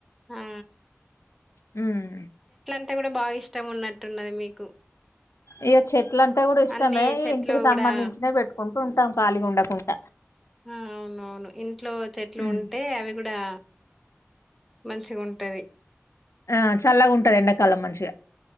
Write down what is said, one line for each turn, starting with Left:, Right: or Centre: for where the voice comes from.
Centre: ఆ!
Left: హ్మ్మ్
Centre: టే కూడ బాగా ఇష్టం ఉన్నట్టున్నది మీకు
Left: ఇగ చె ట్లంటే కూడా ఇష్టమే
Centre: అన్నీ
Left: ఈ
Centre: చెట్లు
Left: ఇంటికి సంబంధించిన
Centre: గూడా
Left: పెట్టుకుంట కుంటాం కాలిగుండకుండ
Centre: ఆ అవునవును ఇంట్లో చెట్లు
Left: హ్మ్.
Centre: ఉంటే అవి కూడా మంచిగుంటది
Left: ఆ చల్లగుంటది ఎండాకాలం మంచిగా